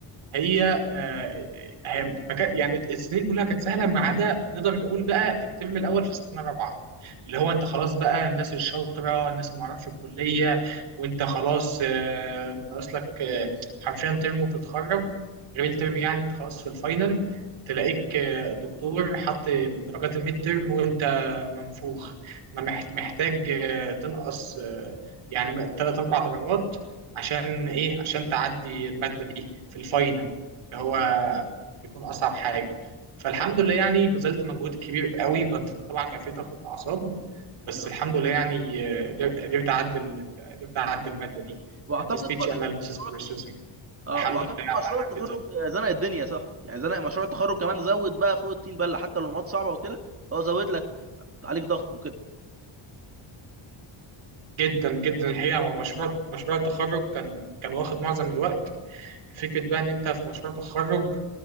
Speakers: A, on the right (about 80°); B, on the right (about 30°).
A: هي آه، هي ما كان- يعني السنين كلها كانت سهله ما عدا نقدر نقول بقى الترم الاول في سنه رابعه اللي هو انت
B: آه.
A: خلاص بقى الناس الشاطره الناس اللي معرفه في الكليه وانت خلاص آه، ناقص لك آه، حرفيا ترم وتتخرج غير الترم يعني انت خلاص في الفاينل تلاقيك آه، دكتور حط درجات الميد ترم وانت منفوخ ما مح- محتاج آه، تنقص آه، يعني ثلاث اربع درجات عشان ايه عشان تعدي المادة دي في الفاينل اللي هو بيكون اصعب حاجة فالحمد لله يعني بذلت مجهود كبير قوي كنت طبعا كان في ضغط اعصاب بس
B: آه.
A: الحمد لله يعني آه، قدر- قدرت اعدي ال- قدرت اعدي المادة دي
B: واعتقد
A: كانت speech
B: مش...
A: analysis
B: مشروع
A: processing
B: اه
A: والحمد
B: واعتقد
A: لله
B: مشروع
A: عديتها
B: التخرج زنق الدنيا صح يعني زنق مشروع التخرج كمان زود بقى فوق الطين بله حتى لو المواد صعبه وكده هو زود لك عليك ضغط وكده
A: جدا جدا الحقيقة هو مشروع مشروع التخرج كان كان واخد معظم الوقت فكرة بقى إن أنت في مشروع تخرج